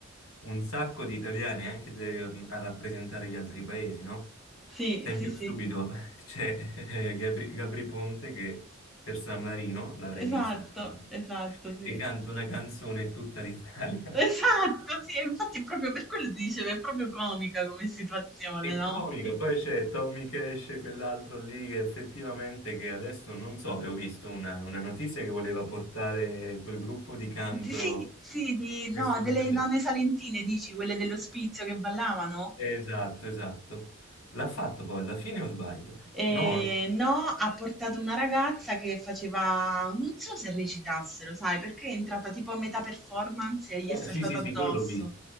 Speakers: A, on the left; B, in the centre.
A: un sacco di italiani anche de- ehm, a rappresentare gli altri paesi, no?
B: Sì,
A: Esempio
B: sì, sì.
A: stupido, <laughs> c'è eh, Gabri, Gabri Ponte che per San Marino, l'avrei
B: Esatto,
A: visto sicuramente,
B: esatto, sì.
A: che canta una canzone in tutta l'Italia.
B: Esatto,
A: <laughs>
B: sì, e infatti è proprio per quello ti dicevo, è proprio comica come situazione,
A: È
B: no?
A: comico, poi c'è Tommy Cash, quell'altro lì che effettivamente che adesso non so, avevo visto una, una notizia che voleva portare quel gruppo di canto
B: Di- sì, sì, di,
A: nel
B: no,
A: sud
B: delle
A: Italia.
B: nonne salentine, dici, quelle dell'ospizio che ballavano?
A: Esatto, esatto. L'ha fatto poi alla fine o sbaglio?
B: Ehm,
A: No, no.
B: no, ha portato una ragazza che faceva non so se recitassero, sai, perché è entrata tipo a metà performance e gli
A: Eh,
B: è saltata
A: sì, sì,
B: addosso.
A: sì, quello l'ho visto.